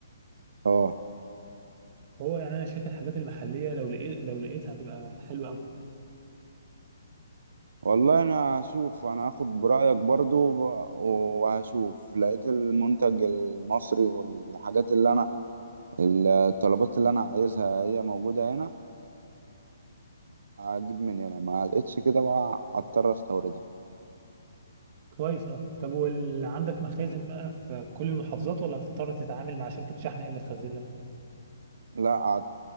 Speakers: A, on the right; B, on the right.
A: اه
B: هو يعني انا شايف الحاجات المحليه لو لقيت لو لقيتها هتبقى حلوه قوي
A: والله انا هشوف انا هاخد برأيك برضو وب- وهشوف لقيت المنتج المصري والحاجات اللي انا الطلبات اللي انا عايزها هي موجودة هنا فهجيب من هنا ما لقيتش كده بقى اضطر استوردها
B: كويس اه طب وال... عندك مخازن بقى في كل المحافظات ولا هتضطر تتعامل مع شركة شحن هي اللي تخزن لك؟
A: لا عت...